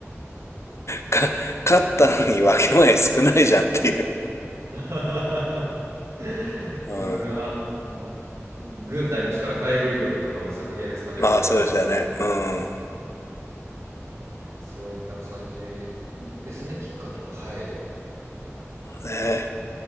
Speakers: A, on the left; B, on the right.
A: か、勝ったのに分け前少ないじゃんっていう。
B: <laughs>
A: うん。
B: うん、あの、軍隊の力、海軍力とかも削減されるわけですから
A: まあ、そうですよね。うん。
B: そういった感じですね、きっかけは。はい。
A: ね